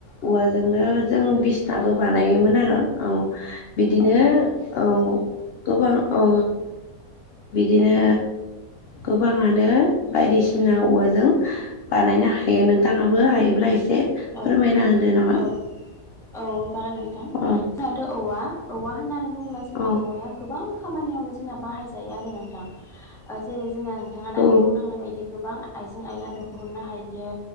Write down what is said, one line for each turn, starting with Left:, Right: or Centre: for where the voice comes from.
Left: औवाजों नो जों बिसनाबो बानायोमोन आरो औ बिदिनो औ गोबां ओ बिदिनो गोबाङानो नो बायदिसिना औवाजों बानायनो हायो नोंथाङाबो हायोब्ला एसे
Centre: औ
Left: फोरमायना होदो नामा?
Centre: औ औ जागोन दे थां
Left: अ
Centre: जोंहाथ औवा औवा होननानै बुंङोब्ला जोंना
Left: औ
Centre: औवाया गोबां खामानियावनो जोंना बाहायजायो आरो नोंथां ओ‌ जेरै जोंना नोंथाङा दानि
Left: औ
Centre: बुंलांनाय बायदि गोबां आइजें आयला दिहुननो हायो